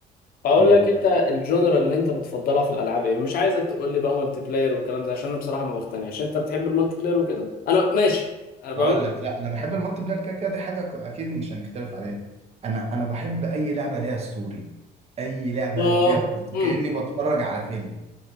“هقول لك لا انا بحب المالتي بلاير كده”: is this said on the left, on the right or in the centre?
Right